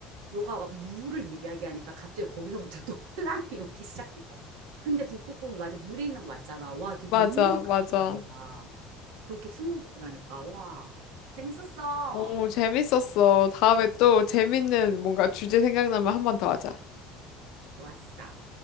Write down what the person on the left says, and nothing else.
맞아,
맞아.
오,
재밌었어. 다음에 또 재밌는 뭔가 주제 생각나면 한 번 더 하자.